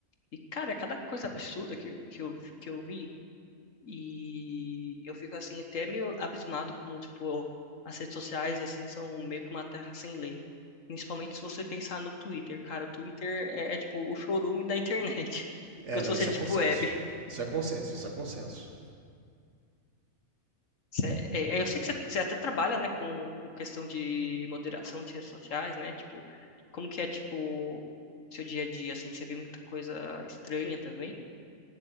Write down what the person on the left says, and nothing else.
E, cara, é cada coisa absurda que, que eu, que eu vi. E eu fico assim até meio abismado como tipo as redes sociais assim são meio que uma terra sem lei. Principalmente se você pensar no Twitter, cara, o Twitter é, é, tipo o chorume da internet. <laughs>
Enquanto
você
é
tipo
web.
Cê- é- é- é, eu sei que você, você até trabalha, né, com, com questão de moderação de redes sociais, né? Tipo, como que é tipo seu dia a dia assim, você vê muita coisa estranha também,